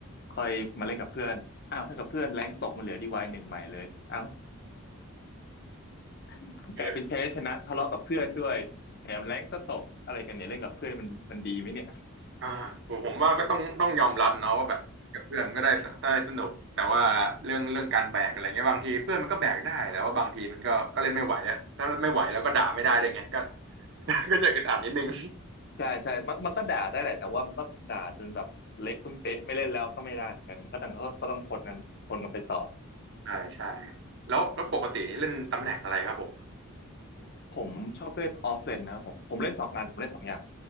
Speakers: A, on the left (about 50°); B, on the right (about 60°).
A: ค่อยมาเล่นกับเพื่อนอ้าวถ้ากับเพื่อนแรงตกมันเหลือดีวายหนึ่งใหม่เลยเอ้า <laughs>
B: เออ
A: กลายเป็นแพ้ชนะทะเลาะกับเพื่อนด้วยแถมแรงก็ตกอะไรกันเนี่ยเล่นกับเพื่อนมันมันดีไหมเนี่ย
B: อ่าผมผมว่าก็ต้องต้องยอมรับเนาะว่าแบบกับเพื่อนมันก็ได้สได้สนุกแต่ว่าเรื่องเรื่องการแบกอะไรเงี้ยบางทีเพื่อนมันก็แบกได้แต่ว่าบางทีมันก็ก็เล่นไม่ไหวอะถ้าไม่ไหวแล้วก็ด่าไม่ได้ด้วยไงก็ <laughs> ก็จะอึดอัดนิดนึง
A: ใช่ใช่มันมันก็ด่าได้แหละแต่ว่ามันก็ด่าจนแบบเละตุ้มเป๊ะไม่เล่นแล้วก็ไม่ได้เหมือนกันก็ต้องก็ก็ต้องทนกันทนกันไปต่อ
B: ใช่ใช่แล้วแล้วปกตินี่เล่นตำแหน่งอะไรครับผม
A: ผมชอบเล่นออฟเลนนะครับผมผมเล่นสองอันผมเล่นสองอย่าง